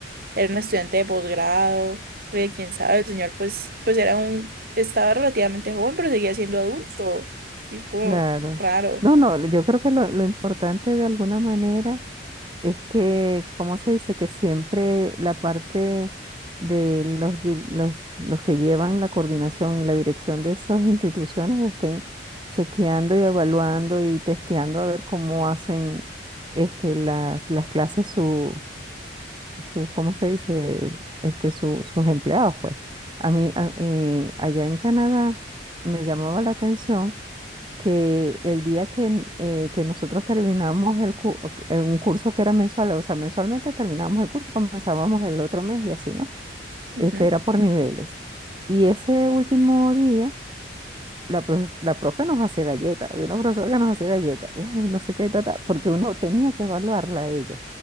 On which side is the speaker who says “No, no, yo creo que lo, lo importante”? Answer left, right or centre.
Right